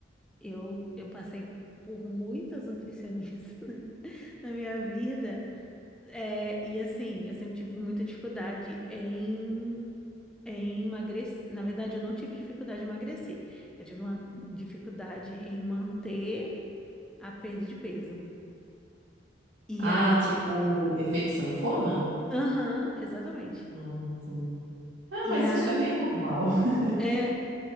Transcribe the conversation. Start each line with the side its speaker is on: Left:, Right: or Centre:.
Centre: Eu, eu passei por muitas nutricionistas <laughs> na minha vida. É, e assim, eu sempre tive muita dificuldade em, em emagrecer. Na verdade, eu não tive dificuldade em emagrecer. Eu tive uma dificuldade em manter a perda de peso. E
Right: Ah,
Centre: aí,
Right: tipo, efeito sanfona?
Centre: aham, exatamente.
Right: Ah, sim. Ah,
Centre: E
Right: mas
Centre: aí,
Right: isso é bem normal. <laughs>
Centre: é,